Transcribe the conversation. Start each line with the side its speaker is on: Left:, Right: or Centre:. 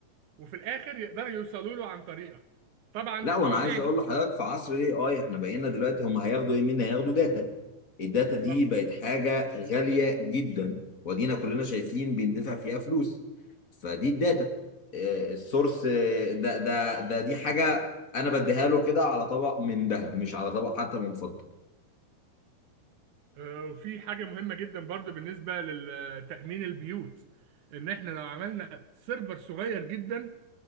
Right: وفي الآخر يقدروا يوصلوا له عن طريقك طبعا
Left: لا
Right: المواضيع
Left: وانا عايز
Right: دي
Left: اقول لحضرتك في عصر الاي اي احنا بقينا دلوقتي هم هياخدوا ايه منا هياخدوا داتا الداتا
Right: بالظبط
Left: دي بقت حاجه غاليه جدا ودينا كلنا شايفين بندفع فيها فلوس فدي الداتا آه، السورس آه، ده ده ده دي حاجه انا بديها له كده على طبق من ذهب مش على طبق حتى من فضه
Right: آه، وفي حاجة مهمة جدا برضو بالنسبة لتأمين البيوت إن إحنا لو عملنا سيرفر صغير جدا